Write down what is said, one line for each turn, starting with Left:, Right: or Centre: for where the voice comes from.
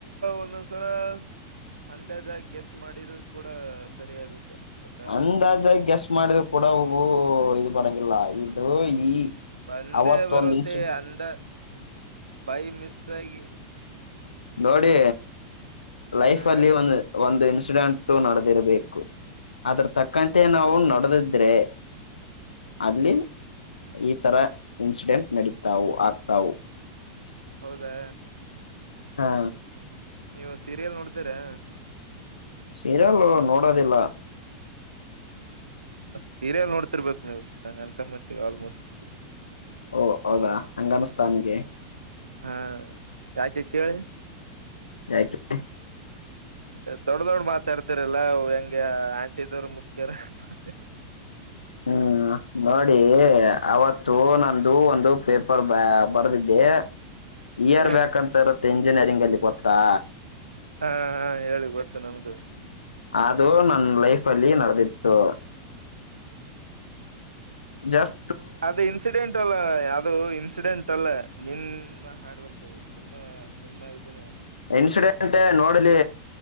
Right: ಒಂದೊಂದ್ಸಲ ಅಂದಾಜಾಗಿ ಗೆಸ್ ಮಾಡಿದು ಕೂಡ ಸರಿಯಾಗುತ್ತೆ ಗೊತ್ತಾ
Left: ಅಂದಾಜ ಗೆಸ್ಟ್ ಮಾಡಿದ್ ಕೂಡ ಹವು ಇದು ಬರಂಗಿಲ್ಲ ಇ ಅದು ಈ
Right: ಬಂದೇ
Left: ಅವತ್ತೊಂದು
Right: ಬರುತ್ತೆ
Left: ದಸ
Right: ಅಂದ ಬೈ ಮಿಸಾಯಗೆ
Left: ನೋಡಿ ಲೈಫ್ ಅಲ್ಲಿ
Right: ಹೇಳಿ
Left: ಒಂದು ಒಂದು ಇನ್ಸ್ ಎಕ್ಸಿಡೆಂಟ್ ನಡೆದಿರ್ಬೇಕು ಅದ್ರ ತಕ್ಕಂತೆ ನಾವು ನಡೆದಿದ್ರೆ ಅಲ್ಲಿ ಈಥರ ಇನ್ಸಿಡೆಂಟ್ ನಡೀತಾವು ಆಗ್ತಾವು
Right: ಹೌದಾ
Left: ಹಾ
Right: ನೀವು ಸೀರಿಯಲ್ ನೋಡ್ತೀರಾ
Left: ಸೀರಿಯಲ್ ನೋಡೋದಿಲ್ಲ
Right: ಸೀರಿಯಲ್ ನೋಡ್ತಿರ್ಬೇಕು ನೀವು ನಂ ಅನ್ಸಬಿಟ್ಟೀ ಆಲ್ಮೋಸ್ಟ್
Left: ಓ ಹೌದಾ ಹಂಗಮಸ್ತಾನಿಗೆ
Right: ಹಾ ಯಾಕೆ ಕೇಳಿ
Left: ನಯಕ್ಕೆ <inaudible>
Right: ದೊಡ್ಡ ದೊಡ್ ಮಾತಾಡ್ತಿರಲ್ಲ ಹೆಂಗ ಆಂಟಿದವರು ಮುದ್ಕ್ಯಾರ ಹ್ಮ್ಮ್.
Left: ಹ್ಮ್ ಹ ನೋಡಿ ಅವತ್ತು ನಂದು ಒಂದು ಪೇಪರ್ ಬ ಬರ್ದಿದ್ದೆ ಇಯರ್
Right: ಹಾ
Left: ಬ್ಯಾಕ್ ಅಂತ ಇರುತ್ತೆ ಇಂಜಿನಿಯರಿಂಗ್ ಅಲ್ಲಿ ಗೊತ್ತಾ
Right: ಹಾ ಹಾ ಹೇಳಿ ಗೊತ್ತು ನನ್ಗೂ
Left: ಅದು ನನ್ ಲೈಫ್ ಅಲ್ಲಿ ನಡೆದಿತ್ತು ಜಾರ್
Right: ಅದು ಇನ್ಸಿಡೆಂಟ್ ಅಲ್ಲ ಯಾವ್ದದು ಇನ್ಸಿಡೆಂಟ್ ಲ್ಲ ನಿನ್ ಹಾರ್ಡ್ ವರ್ಕ್ ಅದು ನಿಮ್ಮ ನಿಮ್ಮ ಇದನೇ ಅದು
Left: ಇನ್ಸಿಡೆಂಟ್ ನೋಡ್ಲಿ